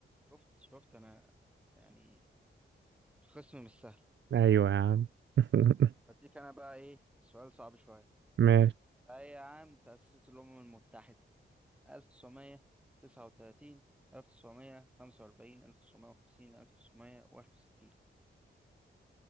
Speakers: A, in the centre; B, on the right.
A: شفت شفت انا يعني خصم مش سهل
B: أيوه يا عم <laughs>
A: هديك أنا بقى إيه سؤال صعب شوية
B: ماشي
A: أي عام تأسست الأمم المتحدة 1939 1945 1950 1961